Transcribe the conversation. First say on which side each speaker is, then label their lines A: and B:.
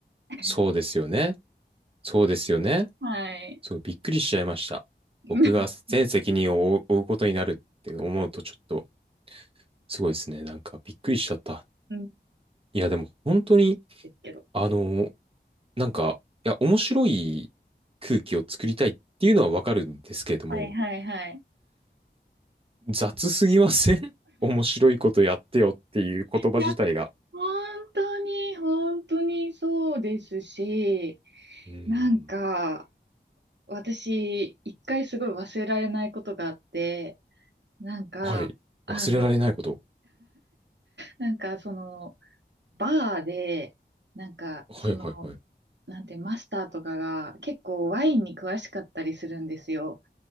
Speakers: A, on the right (about 70°); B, on the right (about 30°).
A: <laughs>
B: そうですよね。そうですよね。
A: はい。
B: そう、びっくりしちゃいました。
A: <laughs>
B: 僕が全責任を負う負うことになるって思うとちょっとすごいですね。なんかびっくりしちゃった。
A: うん。
B: いや、でも本当に、
A: ですけど。
B: あの、なんか、いや、面白い空気を作りたいっていうのはわかるんですけれども、
A: はいはいはい。
B: 雑すぎません <laughs> 面白いことやってよっていう言葉自体が。
A: いや、本当に、本当にそうですし、
B: うーん。
A: なんか、私、一回すごい忘れられないことがあって、なんか、
B: はい。
A: あの、
B: 忘れられないこと。
A: なんかその、バーで、なんか、
B: はいはいはい。
A: その、なんて、マスターとかが結構ワインに詳しかったりするんですよ。